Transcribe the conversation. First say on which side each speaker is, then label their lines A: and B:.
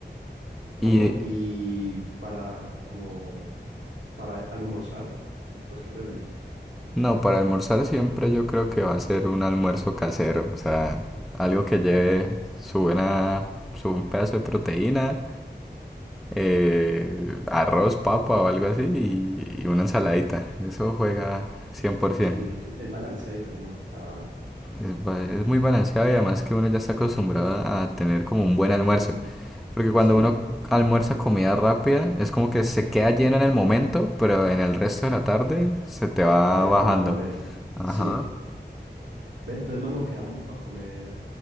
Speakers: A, on the right; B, in the centre.
A: Mano,
B: Y
A: y para como para almorzar, ¿vos qué preferís?
B: no, para almorzar siempre yo creo que va a ser un almuerzo casero, o sea, algo que lleve su buena, su un pedazo de proteína eh, arroz, papa o algo así y, y una ensaladita. Eso juega 100%.
A: Sí, e- es balanceado, hijo, de como tan.
B: Es, ba- es muy balanceado y además que uno ya está acostumbrado a a tener como un buen almuerzo. Porque cuando
A: Sí,
B: uno almuerza comida rápida, es como que se queda lleno en el momento, pero en el resto de la tarde se te va
A: queda
B: bajando.
A: con hambre.
B: Ajá.
A: Sí. Ve, entonces, mano, quedamos para comer